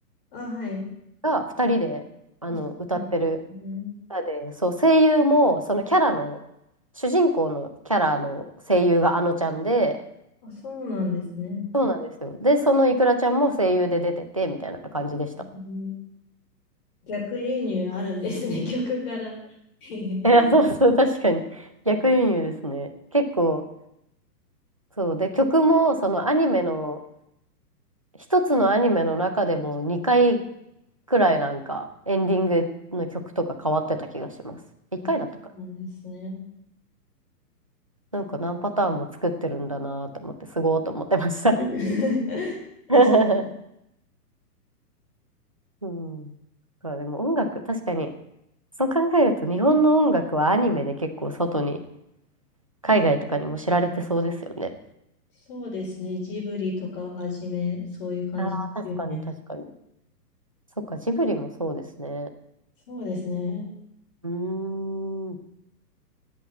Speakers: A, on the left; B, on the right.
A: ああ、はい。
B: が二人で、あの、
A: あ、そうなんですね。
B: 歌ってる歌で、そう、声優も、そのキャラの、主人公のキャラの声優があのちゃんで、
A: あ、そうなんですね。
B: そうなんですよ。で、そのイクラちゃんも声優で出てて、みたいな感じでした。
A: うん逆輸入あるんですね、<laughs> 曲から。<laughs>
B: <laughs> いや、そうそう、確かに。逆輸入ですね。結構、そう。で、曲も、そのアニメの、一つのアニメの中でも2回くらいなんか、エンディングの曲とか変わってた気がします。1回だったかな。
A: あ、なんですね。
B: なんか何パターンも作ってるんだなと思って、すごーと思ってました。
A: <laughs>
B: <laughs> うん。だからでも音楽、確かに、そう考えると日本の音楽はアニメで結構外に海外とかにも知られてそうですよね。
A: そうですね。ジブリとかをはじめ、そういう感じですよね。
B: ああ、確かに確かに。そっか、ジブリもそうですね。
A: そうですね。
B: うーん、